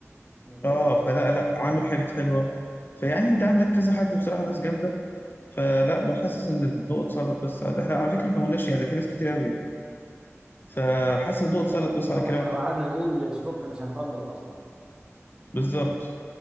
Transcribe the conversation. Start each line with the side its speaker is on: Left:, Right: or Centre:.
Right: من فترة
Left: اه فلا لا عامل حاجات حلوه فيعني انت عندك كذا حد بصراحه ناس جامده فلا بحسس ان الضوء اتسلط بس على- احنا على فكره احنا ما قلناش يعني ده في ناس كتير قوي فحاسس الضوء اتسلط بس
Right: اه
Left: على
Right: ما
Left: كلامك
Right: احنا لو
Left: ده
Right: قعدنا نقول الصبح مش هنخلص اصلا
Left: بالظبط